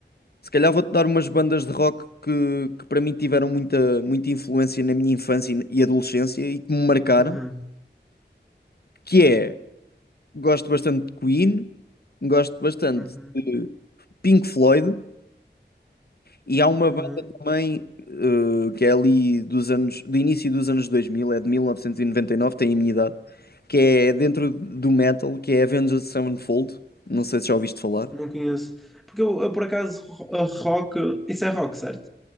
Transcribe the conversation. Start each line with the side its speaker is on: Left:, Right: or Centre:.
Left: Se calhar vou-te dar umas bandas de rock que, que para mim tiveram muita, muita influência na minha infância e e adolescência e que me marcaram,
Centre: Uhum,
Left: que é, gosto bastante de Queen, gosto bastante
Centre: uhum,
Left: de Pink Floyd e há uma
Centre: uhum.
Left: banda também eh, que é ali dos anos, do início dos anos 2000, é de 1999, tem a minha idade, que é dentro do metal, que é Avenged Sevenfold, não sei se já ouviste falar.
Centre: Não conheço. Porque eu, eu, por acaso, ro- a rock. Isso é rock, certo?